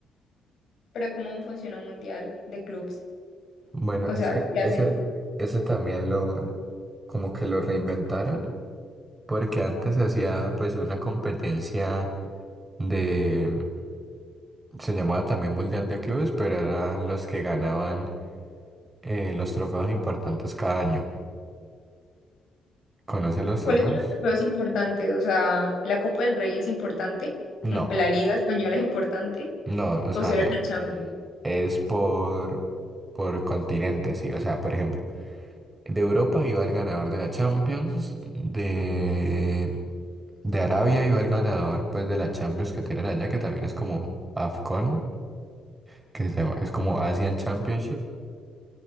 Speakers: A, on the left; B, on the right.
A: Pero ¿cómo funciona un mundial de clubes?
B: Bueno,
A: O
B: es
A: sea,
B: que
A: ¿qué hacen?
B: ese, ese también lo, como que lo reinventaron, porque antes se hacía pues una competencia de, se llamaba también Mundial de Clubes, pero eran los que ganaban eh, los trofeos importantes cada año. ¿Conocen los
A: ¿Cuáles
B: trofeos?
A: son los trofeos importantes? O sea, ¿la Copa del Rey es importante?
B: No.
A: ¿La Liga Española es importante?
B: No, o
A: ¿O
B: sea,
A: solo
B: me-
A: la Champions?
B: es por, por continentes, sí. O sea, por ejemplo, de Europa iba el ganador de la Champions, de, de Arabia iba el ganador pues de la Champions que tienen allá, que también es como AFCON, que se llama, es como Asian Championship.